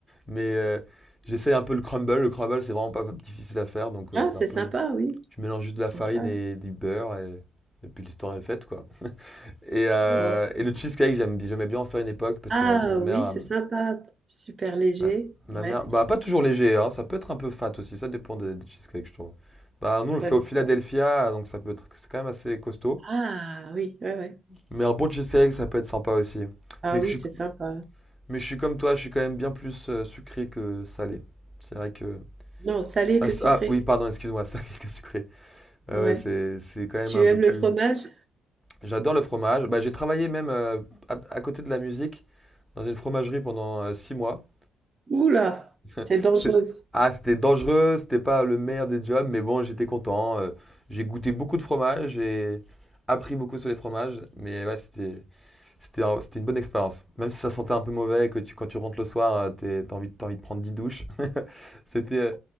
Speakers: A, in the centre; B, on the right.
A: Mais euh, j'essaye un peu le crumble. Le crumble, c'est vraiment pas difficile à faire, donc euh,
B: ah,
A: c'est
B: c'est
A: un peu,
B: sympa, oui.
A: tu mélanges juste de
B: Sympa.
A: la farine et du beurre et, et puis l'histoire est faite, quoi. Et, euh,
B: ouais.
A: et le cheesecake, j'aime, bi- j'aimais bien en faire une époque parce
B: Ah
A: que ma, ma mère,
B: oui, c'est sympa, super léger,
A: Ma, ma
B: ouais.
A: mère, bah pas toujours léger, hein, ça peut être un peu fat aussi, ça dépend des, des cheesecakes, je trouve. Bah nous on le
B: Ça
A: fait
B: dépend.
A: au Philadelphia, donc ça peut être, c'est quand même assez costaud.
B: Ah oui, ouais, ouais.
A: Mais un bon cheesecake, ça peut être sympa aussi.
B: Ah
A: Mais je
B: oui,
A: suis,
B: c'est sympa.
A: mais je suis comme toi, je suis quand même bien plus euh, sucré que salé. C'est vrai que...
B: Non, salé
A: Ah,
B: que
A: s-
B: sucré.
A: ah, oui, pardon, excuse-moi, <laughs> salé que sucré. Ouais,
B: Ouais.
A: ouais, c'est, c'est quand même
B: Tu
A: un
B: aimes
A: peu plus...
B: le fromage?
A: J'adore le fromage. Bah j'ai travaillé même euh, à, à côté de la musique dans une fromagerie pendant euh, six mois.
B: Oula,
A: C'est-
B: c'est dangereuse.
A: Ah, c'était dangereux, c'était pas le meilleur des jobs, mais bon, j'étais content. euh, j'ai goûté beaucoup de fromages, j'ai appris beaucoup sur les fromages, mais ouais, c'était c'était un- c'était une bonne expérience. Même si ça sentait un peu mauvais et que tu, quand tu rentres le soir, euh, t'es- t'as envie, de- t'as envie de prendre 10 douches, <laughs> c'était euh,